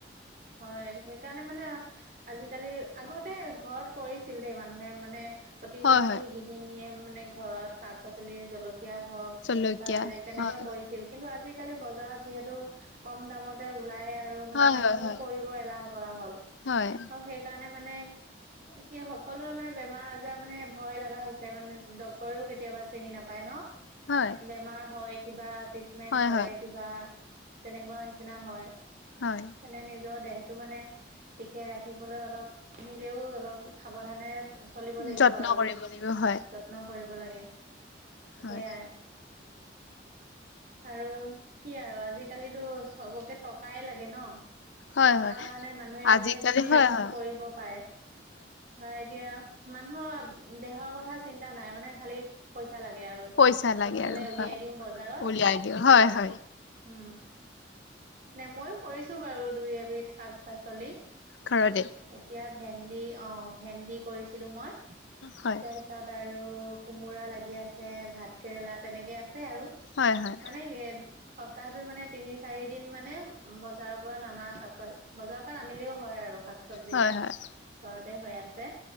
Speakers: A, on the right; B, on the left.
A: হয় সেইকাৰণে মানে আজিকালি আগতে ঘৰত কৰিছিল দেই মানুহে মানে প্ৰতিগৰাকী
B: হয় হয়
A: গৃহিনীয়ে মানে ঘৰত শাক পাচলি জলক কীয়া হওক
B: জলকীয়া
A: বা বেলেগ তেনেকুৱা
B: হয়
A: কৰিছিল কিন্তু আজি কালি বজাৰত যিহেতু কম দামতে ওলাই আৰু মানে
B: হয়
A: মানুহেও
B: হয় হয়
A: কৰিব এলাহ কৰা হ'ল
B: হয়
A: আৰু সেইকাৰণে মানে কি সকলোৰে মানে বেমাৰ আজাৰ মানে ভয় লগা হৈছে মানে ড্ক্তৰেও কেতিয়াবা চিনি নাপায় ন
B: হয়
A: বেমাৰ হয় কিবা ট্ৰিটমেন্ট কৰে
B: হয় হয়
A: কিবা তেনেকুৱা নিচিনা হয়
B: হয়
A: তোমাৰ নিজৰ দেহ সেইটো মানে ঠিকে ৰাখিবলৈ অলপ নিজেও অলপ সাৱধানে চলিব লাগিব
B: যত্ন
A: আৰু
B: কৰিব লাগিব হয়
A: যত্ন কৰিব লাগে সেয়াই
B: হয়
A: আৰু কি আৰু আজিকালিতো চবকে টকাই লাগে ন
B: হয়
A: টকাৰ
B: হয়
A: কাৰণে মানুহে
B: আজিকালি
A: মানে যি টি
B: হয়
A: কাম
B: হয়
A: কৰিব পাৰে হয় এতিয়া মানুহৰ দেহৰ কথা চিন্তা নাই মানে খালি পইচা পইছা লাগে আৰু সোনকালে
B: পইচা লাগে আৰু
A: উলিয়াই
B: হয়
A: দিওঁ বজাৰত
B: উলিয়াই দিওঁ
A: পইচা
B: হয়
A: লাগে
B: হয়
A: উ নে ময়ো কৰিছো বাৰু দুই এবিধ শাক পাচলি
B: ঘৰতে
A: এতিয়া ভেন্দি অ ভেন্দি কৰিছিলো মই তাৰপিছত
B: হয়
A: আৰু কোমোৰা লাগি আছে ভাত কেৰেলা তেনেকে আছে ছে আৰু
B: হয় হয়
A: মানে সপ্তাহটো মানে তিনি চাৰি দিন মানে উম বজা বজাৰৰ পৰা ননা শাক পাচ বজাৰৰ পৰা নানিলেও হয় আৰু শাক চবজি
B: হয়
A: খিনি
B: হয়
A: ঘৰতে হৈ আছে